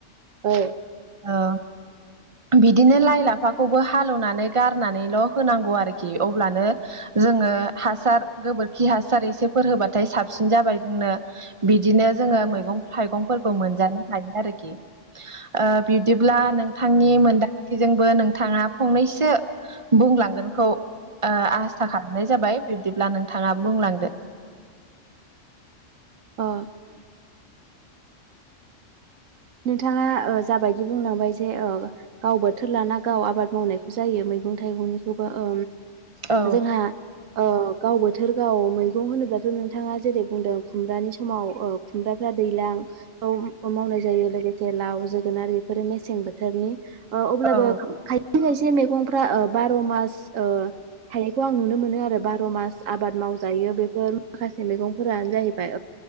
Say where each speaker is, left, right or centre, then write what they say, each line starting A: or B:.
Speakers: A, on the right; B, on the right.
A: औ
B: ओ बिदिनो लाइ लाफाखौबो हालौनानै गारनानैल' होनांगौ आरोखि अब्लानो जों- ङो हासार गोबोर- खि हासार एसेफोर होबाथाय साबसिन जाबाय जोंनो बिदिनो जोङो मैगं थाइगंफोरखौ मोनजानो हायो आरोखि ओ बि- दिब्ला नोंथांनि मोनदांथिजोंबो नोंथाङा फंनैसो बुंलांगोनखौ ओ आसा खालामनाय जाबाय बिब्दिब्ला नोंथाङा बुंलांदो
A: अ नोंथाङा ओ जाबायदि बुंलांबाय जे ओ गाव बोथोर लाना गाव आबाद मावनायखौ जायो मैगं थाइगंनिखौबो ओ
B: औ
A: जोंहा ओ गाव बोथोर गाव मैगं होनोब्लाथ' नोंथाङा जेरै बुंदों खुमब्रानि समाव ओ खुमब्राफ्रा दैलां आव मावनाय जायो लोगोसे लाव जोगोनार बेफोरो मेसें बोथोरनि ओ अब्लाबो
B: औ
A: खायसे खायसे मैगंफ्रा ओ बार' मास ओ हायखौ आं नुनो मोनो आरो बार' मास आबाद मावजायो बेफोर माखासे मैगंफोरानो जाहैबाय